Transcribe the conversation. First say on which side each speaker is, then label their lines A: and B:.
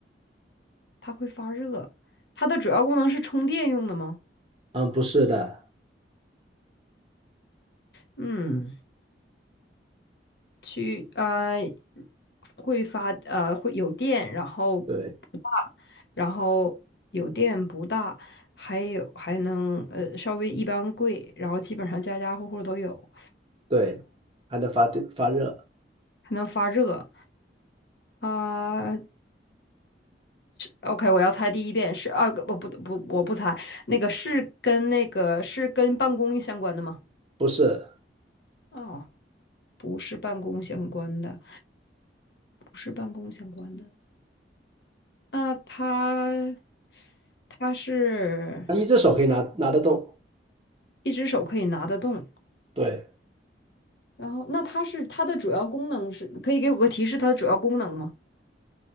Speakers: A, on the left; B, on the right.
A: 它会发热，它的主要功能是充电用的吗？
B: 嗯、不是的，
A: 嗯，去呃会发呃会有电，然后
B: 对，
A: 不大，然后有电不大，还有还能呃稍微一般贵，然后基本上家家户户都有，
B: 对，还能发电发热，
A: 还能发热啊，OK，我要猜第一遍是啊，我不不我不猜，那个是跟那个是跟办公相关的吗？
B: 不是，
A: 哦，是办公相关的，不是办公相关的。那它它是
B: 一只手可以拿拿得动，
A: 一只手可以拿得动，
B: 对。
A: 然后那它是它的主要功能是，可以给我个提示它的主要功能吗？